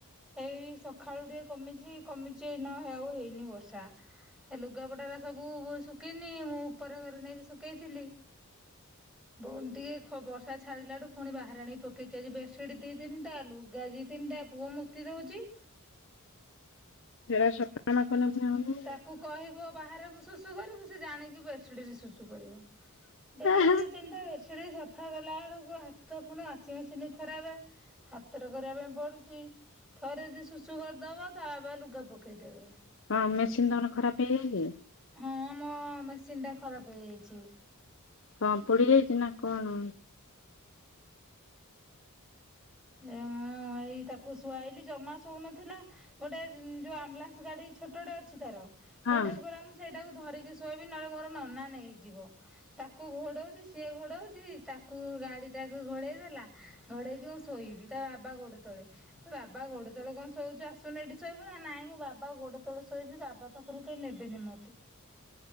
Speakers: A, in the centre; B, on the left.
A: ସେଇ ସଖାଳୁ ଟିକେ କମିଛି, କମିଛି ଏଇ ନା ହେଉ ହେଇନି ବର୍ଷା। ଏ ଲୁଗାପଟା ରା ସବୁ ଶୁଖିନି ମୁଁ ଉପର ଘରେ ନେଇକି ଶୁଖେଇଥିଲି। ପୁଣି ଟିକେ ଖ ବର୍ଷା ଛାଡିଲା ଠୁ ପୁଣି ବାହାରେ ଆଣିକି ପକେଇଛିି ଆଜି ବେଡସିଡ ଦି ତିନିଟା ଲୁଗା ଦି ତିନିଟା। ପୁଅ ମୁତି ଦଉଚି।
B: ହେରା ସଫା ନ କଲେ ପୁଣି ହବ
A: ତାକୁ କହିବ ବାହାରେ ମୁଁ ଶୁଶୁ କରିବୁ ସେ ଜାଣିକି ବେଡ଼ସିଟ ରେ ଶୁଶ ଶୁ କରିବ ଡେଲି
B: ହୁଁ
A: ଦି ତିନିଟା ସେଟି ସଫା କଲବେଳୁକୁ ହାତ ପୁଣା ୱାସିଂ ମେସିନ୍ ଖରାପେ। ହାତରେ କରିବା ପାଇଁ ପଡୁଛି। ଥରେ ଯେ ଶୁଶୁ କରିଦବ ତାପ ଲୁଗା ପକେଇଦେବେ।
B: ହଁ ମେସିନ୍ ତମର ଖରାପ ହେଇଯାଇଛି।
A: ହଁ ମୋ ମେସିନ ଟା ଖରାପ ହେଇଯାଇଚି।
B: କଣ ପୋଡିଯାଇଛି ନା କଣ?
A: ଏଁ ଅ ଏଇ ତାକୁ ଶୁଆଇଲି ଜମା ଶୋଉନଥିଲା। ଗୋଟେ ଯୋଉ ଆମ୍ବୁଲାନ୍ସ ଗାଡ଼ି ଛୋଟଟେ ଅଛି ତାର।
B: ହଁ
A: ସେଇଟାକୁ ଗଲା ମୁଁ ସେଇଟାକୁ ଧରିକି ଶୋଇବି ନହେଲେ ମୋର ନନା ନେଇଯିବ ତାକୁ ଘୋଡ଼ଉଚି। ସିଏ ଘୋଡଉଛି ତାକୁ ଗାଡ଼ି ଟାକୁ ଘୋଡେଇ ଦେଲା ଘୋଡେଇକି ମୁଁ ଶୋଇବି ତା ବାବା ଗୋଡ ତଳେ ବାବା ଗୋଡ଼ ତଳେ କଣ ଶୋ ଶୋଇଚୁ ଆସୁନୁ ଏଇଠି ଶୋଇବୁ ନାଁ ନାଇଁ ମୁଁ ବାବା ଗୋଡ଼ ତଳେ ଶୋଇବି ବାବା ପାଖରୁ କହି ନେବେନି ମ